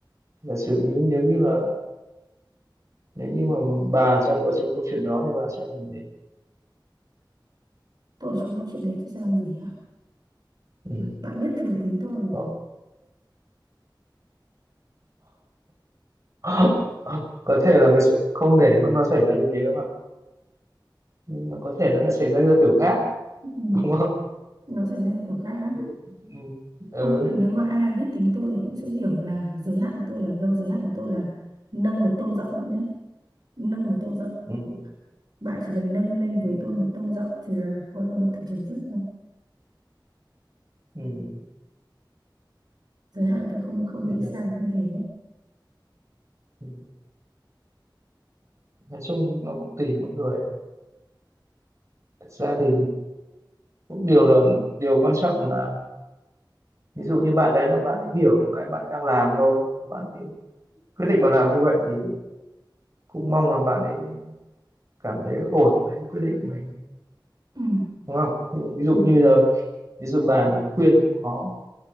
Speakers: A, on the right; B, on the right.
A: giả sử như, nếu như là nếu như mà bà trong ở trong câu chuyện đó thì bà sẽ làm gì
B: tôi ở trong câu chuyện đấy tôi sẽ làm gì hả
A: ừ
B: bạn biết thừa tính tôi
A: có <laughs> có thể là mình sẽ không để đến mức nó xảy ra như thế đâu mà nhưng mà có thể nó lại xảy ra theo kiểu khác
B: ừ.
A: <laughs> đúng
B: nó xảy ra theo kiểu khác á.
A: ừ ừ
B: tôi nghĩ là nếu mà ai biết tính tôi thì cũng sẽ hiểu là giới hạn của tôi là đâu giới hạn của tôi là nâng một tông giọng bạn nhé nâng một tông giọng
A: ừ
B: bạn chỉ cần nâng lên với
A: ừ
B: tôi một tông giọng thì là coi như mọi thứ chấm dứt rồi
A: ừ.
B: giới hạn của tôi không không
A: bây
B: đi
A: giờ
B: xa như thế
A: ừ. nói chung nó cũng tùy mỗi người thật ra thì cũng điều là điều quan trọng là ví dụ như bạn đấy là bạn ấy hiểu cái bạn ấy đang làm thôi và bạn ấy quyết định mà làm như vậy thì cũng mong là bạn ấy cảm thấy ổn với quyết định của mình
B: ừ.
A: đúng không Nhưng ví dụ
B: Ừ.
A: như bây giờ ví dụ bà mà khuyên cũng khó